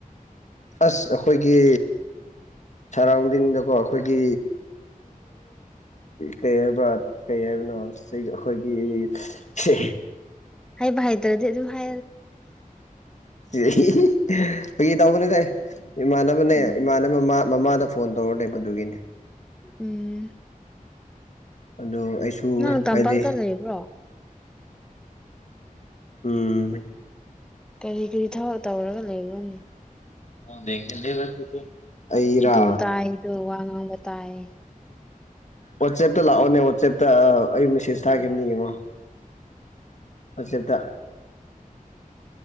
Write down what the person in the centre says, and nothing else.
ꯍꯥꯏ ꯥꯏ ꯇ꯭ꯔꯗꯤ ꯑꯗꯨ ꯑꯗꯨ ꯐ
ꯎꯝ
ꯎꯝ
ꯅꯪ ꯇꯝꯄꯥꯛ
ꯇꯔꯗ ꯏꯕ꯭ꯔꯣ
ꯀꯔꯤ ꯀꯔꯤ ꯊꯕꯛ ꯇꯧꯔꯒ ꯂꯩꯔꯣꯅꯤ
ꯑꯗꯨ ꯇꯥꯏꯗꯣ ꯋꯥ ꯉꯥꯡꯕ ꯇꯥꯏ